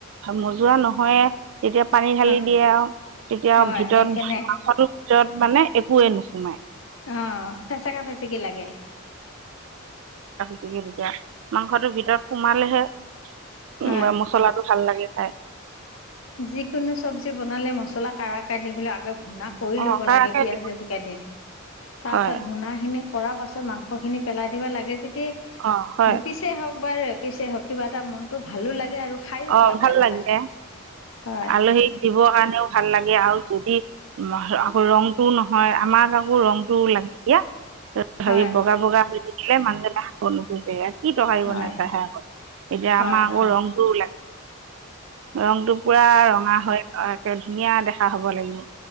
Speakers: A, on the right (about 65°); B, on the left (about 70°).
A: মজোৱা নহয় তেতিয়া পানী ঢালি
B: হয়
A: দিয়ে আৰু তেতিয়া
B: হয়
A: ভিতৰত
B: সেইকাৰণে
A: মাংসটোৰ ভিতৰত মানে একোৱে নোসোমাই
B: অ' ফেচকা ফেচেকি লাগে।
A: স য মাংসটো ভিতৰত সোমালেহে
B: হয়
A: উ মছলাটো ভাল লাগে। হয়
B: যিকোনো চব্জি বনালে মছলা কাৰা কাটিব <unintelligible> আগ ভূনাা কৰি
A: অঁ
B: ল'ব
A: কাৰাকে
B: লাগে পিয়ঁাজ
A: দিব
B: জলকীয়া দি তাৰ
A: হয়
B: পাছত ভূণা খিনি কৰাৰ পাছত মাংসখিনি পেলাই দিব লাগে যি
A: অঁ হয়
B: দুপিছে হওঁক একবাৰে পিছে হক কিবা এটা মনটো ভালো লাগে আৰু খায়ো
A: অ
B: সোৱাদ
A: ভাল
B: এটা
A: লাগে
B: হয়,
A: আলহীক দিবৰ কাৰণেও ভাল লাগে আৰু যদি আকৌ ৰংটোও নহয় আমাৰ আকৌ ৰং টো ও লাগে ক <unintelligible>
B: হয়,
A: হেৰি বগা বগা দেখিলে মানন্দে না হ' নো তোহোটে এয়া কি টকাৰী
B: হয়,
A: বনাই চাহে আকত এতিয়া
B: হয়,
A: আমাৰ আকৌ
B: হয়,
A: ৰংটোও লাগে উ ৰং তটো পুৰা ৰঙা হয় একে ধুনীয়া দেখা হব লাগিব